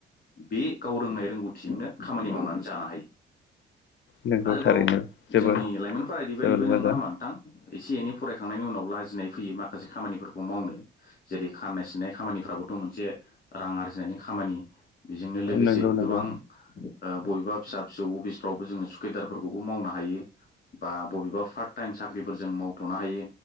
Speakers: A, on the left (about 45°); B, on the left (about 65°).
A: बे गाव रोंनाय रोंगौथिजोंनो खामानि मावनानै जानो हायो
B: नंगौ
A: आरोबाव
B: थारैनो जोबोद
A: जोंनि लाइमोनफोरादिबायदिबो
B: जोबोद
A: नोंङा
B: मोजां
A: हा नोंथां इसे एनै फरायखांनायनि उनाव लाजिनाय फैयो माखासे खामानिफोरखौ मावनो जेरै खाननाय सिननाय खामानिफ्राबोथ' मोनसे रां आरजि फिनायनि खामानि बेजोंनो लोगोसे
B: नंगौ नंगौ
A: गोबां ओ बबेबा फिसा फिसौ अफिसफ्रावबो जोङो सुकेदारफोरखौबो मावनो हायो। बा बबेबा फार्ट टाइम साख्रिफोर जों मावथ'नो हायो